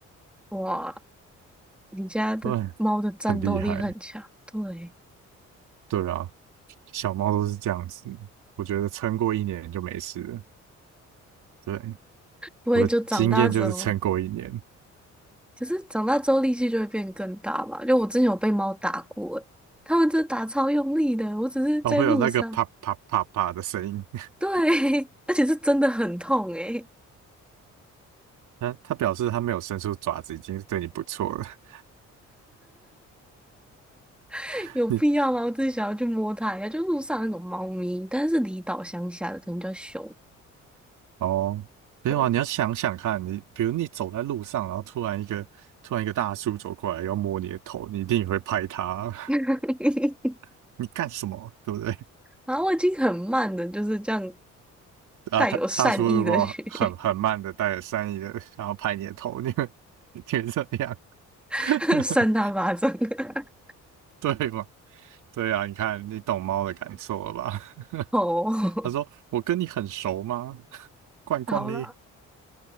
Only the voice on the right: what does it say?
对，很厉害。
对啊，小猫都是这样子，我觉得撑过一年就没事了。对，
我的经验就是撑过一年，
哦，会有那个啪啪啪啪的声音。<laughs>
它它表示它没有伸出爪子，已经是对你不错了。
<laughs>
你
哦，没有啊，
你要想想看，你比如你走在路上，然后突然一个突然一个大叔走过来要摸你的头，你一定也会拍他，
<laughs> 你干什么？对不对？
啊，
他大叔如果很很慢的带着善意的想要拍你的头，你会 <laughs> 你怎么样。
<laughs>
对嘛？对啊，你看你懂猫的感受了吧？
<laughs> 他说：“我跟你很熟吗？<laughs> 罐罐嘞？”